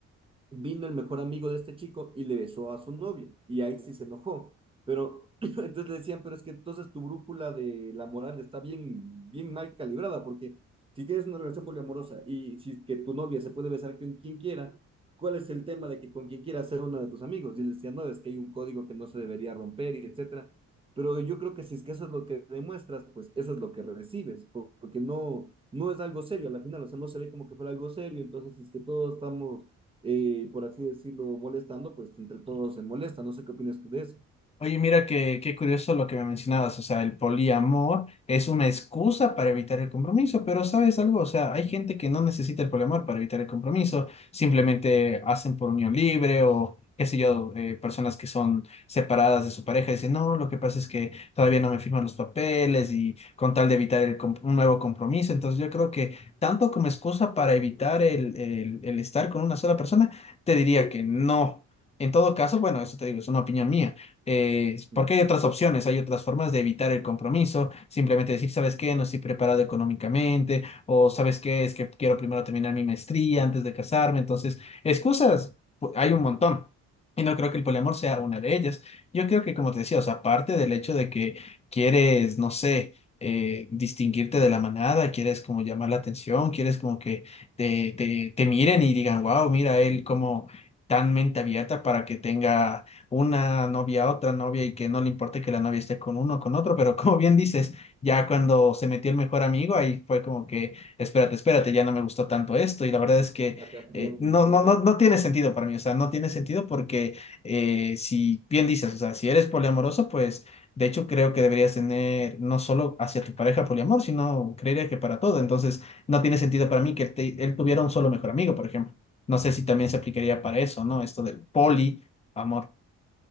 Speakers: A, on the right (about 20°); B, on the left (about 20°).
A: vino el mejor amigo de este chico y le besó a su novia, y ahí sí se enojó. Pero <clears throat> entonces le decían, pero es que entonces tu brújula de la moral está bien, bien mal calibrada, porque si tienes una relación poliamorosa y si que tu novia se puede besar con quien quiera, ¿cuál es el tema de que con quien quiera ser uno de tus amigos? Y le decían, no, es que hay un código que no se debería romper y etcétera. Pero yo creo que si es que eso es lo que demuestras, pues eso es lo que recibes, porque no, no es algo serio a la final, o sea, no se ve como que fuera algo serio, entonces si es que todos estamos eh, por así decirlo, molestando, pues entre todos se molesta. No sé qué opinas tú de eso.
B: Oye, mira que- qué curioso lo que me mencionabas, o sea, el poliamor es una excusa para evitar el compromiso, pero ¿sabes algo? O sea, hay gente que no necesita el poliamor para evitar el compromiso, simplemente hacen por unión libre o qué sé yo, eh, personas que son separadas de su pareja y dicen, no, lo que pasa es que todavía no me firman los papeles y con tal de evitar el com- un nuevo compromiso, entonces yo creo que tanto como excusa para evitar el, el el estar con una sola persona, te diría que no. En todo caso, bueno, eso te digo, es una opinión mía eh,
A: Ujú.
B: porque hay otras opciones, hay otras formas de evitar el compromiso, simplemente decir, ¿sabes qué? No estoy preparado económicamente, o ¿sabes qué? Es que quiero primero terminar mi maestría antes de casarme, entonces, excusas, pu- hay un montón. Y no creo que el poliamor sea una de ellas. Yo creo que, como te decía, o sea, aparte del hecho de que quieres, no sé, eh, distinguirte de la manada, quieres como llamar la atención, quieres como que te, te, te miren y digan, wow, mira él como tan mente abierta para que tenga una novia a otra novia y que no le importe que la novia esté con uno o con otro, pero como bien dices, ya cuando se metió el mejor amigo, ahí fue como que, espérate, espérate, ya no me gustó tanto esto y la verdad es que
A: <laughs> Ajá,
B: eh,
A: ya no le
B: no,
A: gustó,
B: no,
A: claro.
B: no, no tiene sentido para mí, o sea, no tiene sentido porque eh, si bien dices, o sea, si eres poliamoroso, pues... De hecho, creo que deberías tener no solo hacia tu pareja poliamor, sino creería que para todo. Entonces, no tiene sentido para mí que él, te- él tuviera un solo mejor amigo, por ejemplo. No sé si también se aplicaría para eso, ¿no? Esto del poliamor.